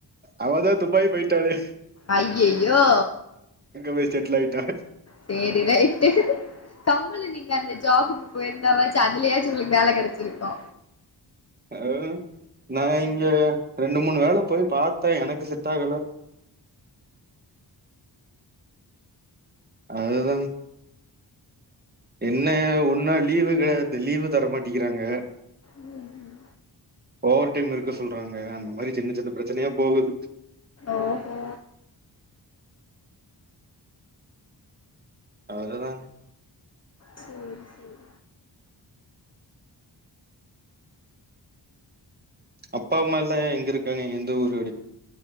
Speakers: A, on the right (about 20°); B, on the left (about 35°).
A: அவதா துபாய் பேய்ட்டாளே
B: ஐயையோ
A: போய் செட்டில் ஆயிட்டா
B: செரி ரைட்டு கம்புலு நீங்க அந்த ஜாபுக்கு போயிருந்தாவாச்சி அதுலேயாச்சி உங்ளுக்கு வேல கெடச்சிருக்கு
A: அ நா இங்க ரெண்டு மூனு வேல போய் பாத்த எனக்கு செட் ஆகல அதுதாங் என்ன ஒன்னா லீவு கே லீவு தரமாட்டிங்கிறாங்க
B: ம் ம்
A: ஓவர் டைம் இருக்க சொல்றாங்க அந்த மாரி சின்ன சின்ன பிரச்சனையா போகுது
B: ஓஹோ
A: அவ்ததா
B: சேரி சேரி
A: அப்பா அம்மால்லா எங்க இருக்காங்கங்க எந்த ஊரடி